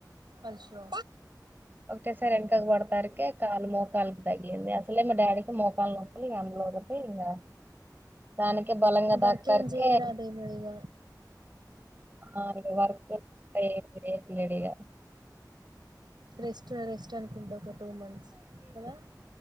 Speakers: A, on the right; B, on the right.
A: అయ్షో
B: ఒకటేసారి ఎన్కక్ పడతారకి కాలు మోకాల్కి తగ్లింది, అసలే మా డాడీకి మోకాల నొప్పి అంలో. కీ ఇంక దానికి బలంగా
A: వర్క్
B: దాక్తారుకే
A: ఏం చేయరాదేమో ఇగ
B: ఆ వర్క్ <unintelligible> ఏం <unintelligible> ఇగ
A: రెస్ట్ రెస్ట్ అనుకుంటా ఒక టూ మంత్స్ కదా